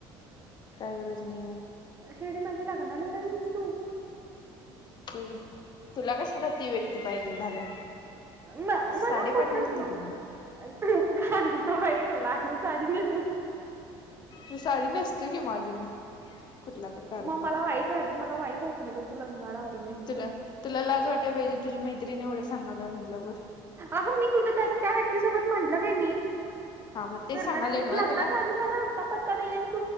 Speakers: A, on the left (about 45°); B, on the right (about 25°).
A: काय गरज नाही.
B: शेडी माझ्या लग्न येनार नाहीस तू.
A: तुझ, तुला कशाला ती व्यक्ती पाहिजे झाल्या.
B: ना मला
A: साडी
B: कुठ
A: पाठवून
B: ग.
A: दे की मला
B: अ तेत एक लाख न साजली
A: म साडी नेसतो की माझं मी. कुठला तरी तारीख
B: मग मला वाईट वाट, मला वाईट वाटेल ग तू लग्नाला आली नाहीस
A: तुला,
B: तर
A: तुला लाज वाटायला पाहिजे. तुझी मैत्रीन एवढं सगायला म्हटल्या वर.
B: अग मी कुठ त त्या व्यक्तीसोबत म्हंटलं काय मी.
A: हा मग ते
B: करणारे
A: सांगाले
B: म्हणून.
A: नव्ह
B: लग्नाचा
A: तुला
B: अजून माझा आत्ता पत्ता नाहीयेन.